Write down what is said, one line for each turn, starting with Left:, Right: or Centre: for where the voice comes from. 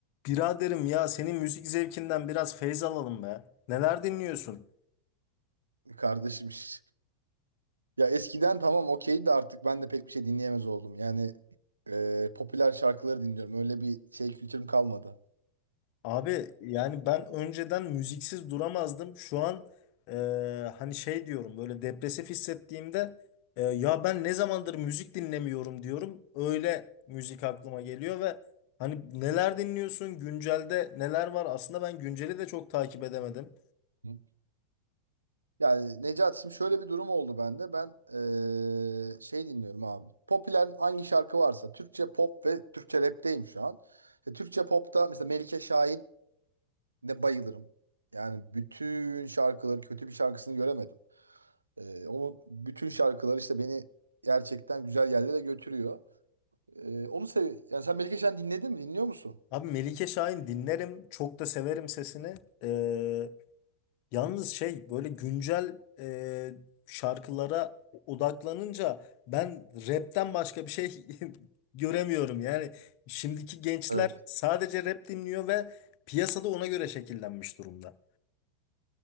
Left: Biraderim ya senin müzik zevkinden biraz feyz alalım be. Neler dinliyorsun?
Right: Kardeşim <laughs> şş. ya eskiden tamam okeydi de artık ben de pek bir şey dinleyemez oldum. Yani e, popüler şarkıları dinliyorum. Öyle bir şey kültürüm kalmadı.
Left: Abi yani ben önceden müziksiz duramazdım. Şu an e, hani şey diyorum böyle depresif hissettiğimde e, ya ben ne zamandır müzik dinlemiyorum diyorum. Öyle müzik aklıma geliyor ve hani neler dinliyorsun? Güncelde neler var? Aslında ben günceli de çok takip edemedim.
Right: Hı. Yani Necat şimdi şöyle bir durum oldu bende. Ben eee, şey dinliyorum abi. Popüler hangi şarkı varsa Türkçe pop ve Türkçe rap'teyim şu an. İşte Türkçe pop'ta mesela Melike Şahin ne bayılırım. Yani bütün şarkıları kötü bir şarkısını göremedim. Ee, onun bütün şarkıları işte beni gerçekten güzel yerlere götürüyor. Ee, onu sev. Yani sen Melike Şen dinledin mi? Dinliyor musun?
Left: Abi Melike Şahin dinlerim. Çok da severim sesini. E, Yalnız şey böyle güncel e, şarkılara odaklanınca ben rapten başka bir şey <laughs> göremiyorum. Yani şimdiki gençler
Right: Evet.
Left: sadece rap dinliyor ve piyasada ona göre şekillenmiş durumda.